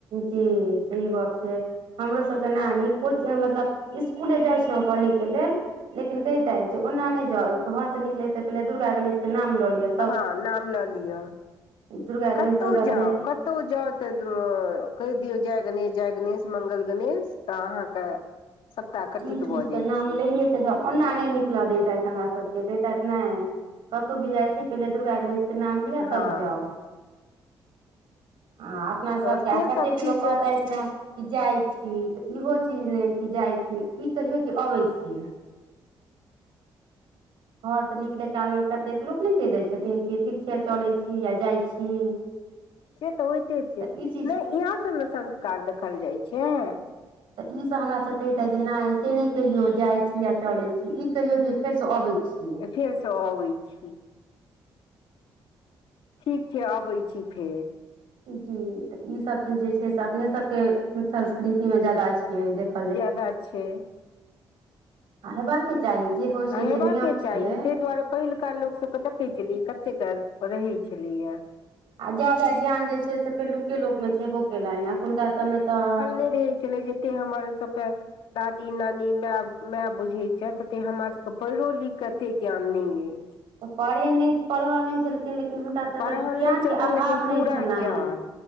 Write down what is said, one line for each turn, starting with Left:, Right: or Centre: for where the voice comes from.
Right: जी सही गप छै हमरोसभके नानी कुछ मतलब इसकुले जाइ छलहुँ पढ़यके लेल लेकिन कहितैत जे ओना नहि जाउ घरसँ निकले से पहिले दुर्गा गणेश के नाम लऽ लियऽ
Left: हाँ नाम लऽ लिअ
Right: दुर्गा गणेश
Left: कतहु
Right: दुर्गा
Left: जाउ
Right: गणेश
Left: कत कतो जाउ तऽ कहि दियौ जय गणेश जय गणेश मंगल गणेश तऽ अहाँके सपटा कटित
Right: ई चीजके
Left: भऽ जाइ
Right: नाम
Left: छै
Right: लैये ओना नहि निकल देतैथ हमरा सबके कहितैथ नै कतहु भी जाय छी पहिले दुर्गा गणेश के नाम लि तब
Left: हँ
Right: जाउ हाँ आब अपना
Left: तऽ
Right: सब के
Left: से
Right: आ कतेक
Left: सब चीज
Right: लोग कहत
Left: से
Right: ने कि जाय छी त इहो चीज ने कि जाय छी इ कहियो की अबै छियै। घर से निकले काल मे कतेक लोक ने कहि दय छथिन कि ठीक छैय चलै छी या जाय छी। <inaudible>
Left: से तऽ होइते छैय
Right: तऽ ई चीज
Left: नहि इएहा सब ने संस्कार देखल जाइ छैय।
Right: तऽ इसभ हमरा स कहतैथ जे नहि से नहि कहियो जाय छी या चले छी इ कहियो की फेर से आबै छी
Left: फेर स अबै छी। ठीक छैय अबै छी फेर।
Right: जी तऽ ई सब चीज जे छैय से अपने सबके संस्कृतिमे जादा छैय देख
Left: ज्यादा छैय।
Right: आ हेबाके चाही जे होइ छै
Left: आ हेबाक
Right: जे नियम
Left: चाही
Right: छियै
Left: ताहि दुआरे पहिल का लोक सबके देखै छलियै कते काल रहै छलैया
Right: आ जादा ज्ञान जे छैय से पहिलुके लोग में छेबो केलाइन अखुनका सबमे तऽ
Left: <unintelligible> जते हमर सबके दादी नानी माय माय बुझे छैय तते हमरा सब त पढ़ो लिख के एते ज्ञान नहि अछि
Right: तऽ पढ़ै नहि पढ़ल नहि छल लेकिन हुनका सभके
Left: पढ़ल
Right: ज्ञानके
Left: नहि छलखिन
Right: अभाव
Left: लेकिन
Right: नहि
Left: पूरा
Right: छलनि।
Left: ज्ञान